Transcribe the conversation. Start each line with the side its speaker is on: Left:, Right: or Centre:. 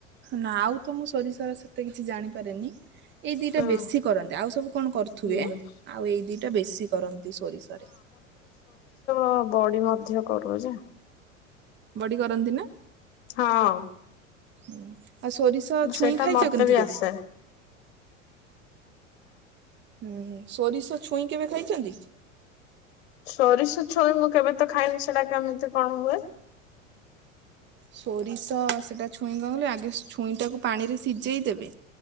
Right: ନା ଆଉ ତ ମୁଁ ସୋରିଷରେ ସେତେ କିଛି ଜାଣିପାରେନି। ଏଇ ଦିଇଟା
Left: ହଁ
Right: ବେଶି କର ଆଉ ସବୁ କଣ କରୁଥିବେ
Left: ହୁଁ ହଁ
Right: ଆଉ ଏଇ ଦିଟା ବେଶୀ କରନ୍ତି ସୋରିଷରେ।
Left: ହଁ ବଡି ମଧ୍ୟ କରୁ ଯେ।
Right: ବଡି କରନ୍ତି ନା?
Left: ହଁ।
Right: ହୁଁ ଆଉ ସୋରିଷ ଛୁଇଁ
Left: ସେଇଟା
Right: ଖାଇଚ
Left: ମତେ
Right: କେମିତି
Left: ବି
Right: କେବେ?
Left: ଆସେ
Right: ହୁଁ ସୋରିଷ ଛୁଇଁ କେବେ ଖାଇଚନ୍ତି?
Left: ସୋରିଷ ଛୁଇଁ ମୁଁ କେବେ ତ ଖାଇନି ସେଟା କେମିତି କଣ ହୁଏ?
Right: ସୋରିଷ ସେଟା ଛୁଇଁ କଣ କଇଲେ ଆଗେ ଛୁଇଁଟାକୁ ପାଣି ରେ ସିଜେଇ ଦେବେ।